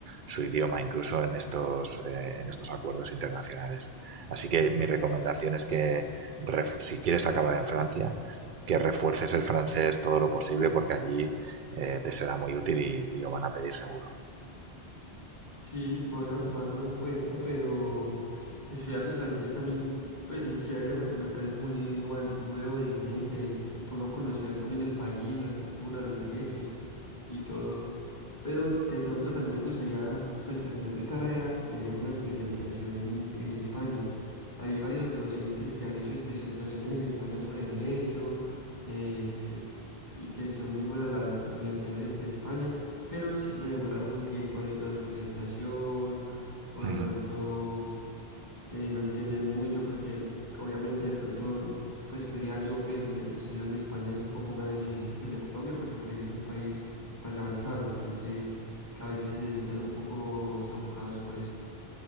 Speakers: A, on the right (about 60°); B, on the left (about 20°).
A: su idioma, incluso en estos, eh, en estos acuerdos internacionales. Así que mi recomendación es que, ref- si quieres acabar en Francia, que refuerces el francés todo lo posible porque allí eh, te será muy útil y, y lo van a pedir seguro.
B: Sí, voy a tomarlo en cuenta, pero estudiar el francés también, pues es chévere porque me parece como un idioma nuevo, diferente, y por no conocer también el país, las culturas, los derechos y todo. Pero de pronto también me gustaría pues terminar mi carrera y hacer una especialización en, en España. Hay varios docentes que han hecho especializaciones en España sobre derecho eh, se- y que son muy buenas las universidades de España, pero sí se demoran un tiempo haciendo la especialización o
A: Ujú,
B: de pronto eh, no entienden mucho porque obviamente de pronto pues creería yo que el estudio en España es un poco más exigente que el de Colombia porque pues es un país más avanzado, entonces que a veces se sentían un poco sofocados por eso.